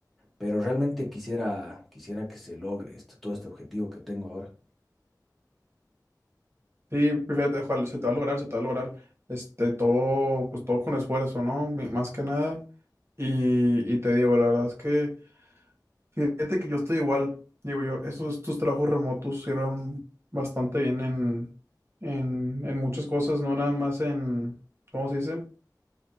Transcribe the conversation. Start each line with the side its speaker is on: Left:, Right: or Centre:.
Centre: pero realmente quisiera, quisiera que se logre esto, todo este objetivo que tengo ahora.
Right: Sí, fíjate, ojalá, se te va a lograr, se te va a lograr. Este, todo, pues todo con esfuerzo, ¿no? Mi- Más que nada. Y, y te digo, la verdad es que Fíjate que yo estoy igual. Digo yo, esos, estos trabajos remotos sirven bastante bien en, en, en muchas cosas, no nada más en, ¿cómo se dice?